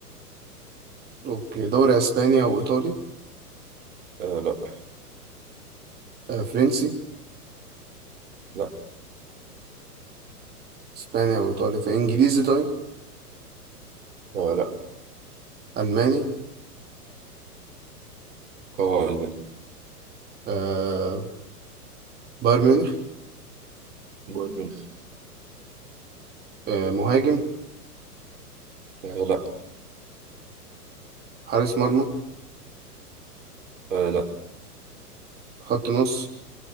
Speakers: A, on the right; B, on the right.
A: اوكي دوري اسبانيا وايطالي
B: آه لا
A: أه فرنسي
B: لا
A: اسبانيا وايطاليا في انجليزي طيب
B: آه لا
A: الماني
B: اه ألمانيا
A: آه بايرن ميونخ
B: بايرن ميونخ
A: آه مهاجم
B: آه لا
A: حارس مرمى
B: آه لا
A: خط نص